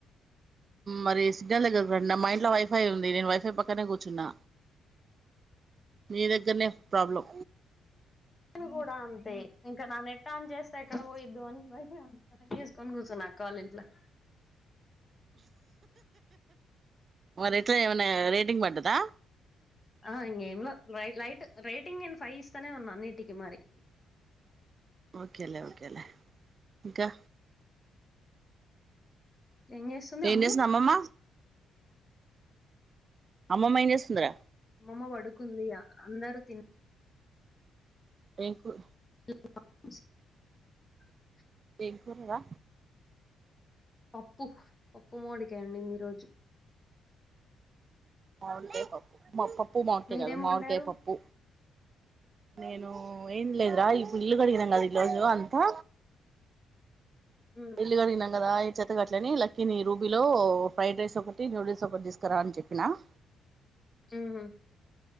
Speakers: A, on the right; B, on the left.
A: మరి సిగ్నల్ దగ్గరికి రండి మా ఇంట్లో వైఫై ఉంది నేను వైఫై పక్కనే కూర్చున్నా. నీ దగ్గరనే ప్రాబ్లం.
B: నేను కూడా అంతే ఇంకా నా నెట్టాన్ చేస్తే ఎక్కడ పోయిద్దో అని వైఫై ఆన్ చేసుకొని కూర్చునా కాలేజ్లో లా
A: మరి ఎట్లా ఏమన్నా రేటింగ్ పడ్డాదా
B: ఆ ఇంక ఏమ్ ల లైట్ రేటింగ్ నేను ఫైవ్ ఇస్తానే ఉన్నా అన్నిటికి మరి
A: ఓకేలే ఓకేలే ఇంకా
B: ఏం చేస్తుంది
A: ఏం
B: అమ్ములు
A: అమ్మమ్మ అమ్మమ్మ ఏం చేస్తుందిరా
B: అమ్మమ్మ పడుకుంది అందరు తినా
A: ఏం కూర
B: స్ <unintelligible>
A: ఏం కూర రా
B: పప్పు పప్పు మామిడికాయ వండింది ఈరోజు
A: మామిడికాయ పప్పు పప్పు మామిడికాయి
B: మీరేం
A: కాదు మామిడికాయ
B: వండారు
A: పప్పు నేను ఏం లేదురా ఇప్పుడు ఇల్లు కడిగినాం కదా ఈ రోజు అంతా
B: ఉమ్
A: ఇల్లు కడిగినాం కదా ఈ చెత్తగట్లేని లక్కీని రూబీలో ఫ్రైడ్ రైస్ ఒకటి నూడిల్స్ ఒకటి తీసుకురా అని చెప్పినా <inaudible>
B: హమ్